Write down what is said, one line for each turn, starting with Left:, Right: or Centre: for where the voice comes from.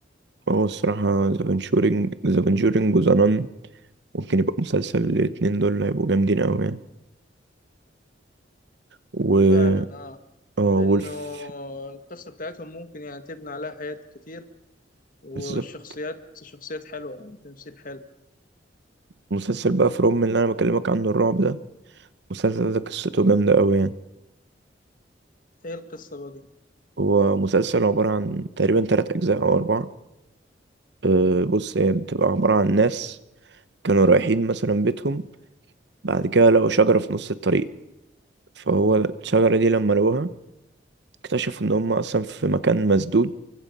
Right: هو الصراحه ذا كونجورينج ذا كونجورينج وذا نان ممكن يبقى مسلسل الاتنين دول هيبقوا جامدين قوي يعني و
Left: فعلا اه
Right: اه وولف
Left: لانه القصه بتاعتهم ممكن يعني تبني عليها حاجات كتير والشخصيات
Right: بالظبط
Left: شخصيات حلوه يعني تمثيل حلو
Right: مسلسل بقى فروم اللي انا بكلمك عنه الرعب ده المسلسل ده قصته جامده قوي يعني
Left: ايه القصه بقى
Right: هو مسلسل عباره عن تقريبا تلات اجزاء او اربعه أه بص هي بتبقى عباره عن ناس كانوا رايحين مثلا بيتهم بعد كده لقوا شجرة في نص الطريق فهو الشجرة دي لما لقوها اكتشفوا إن هم أصلا في مكان مسدود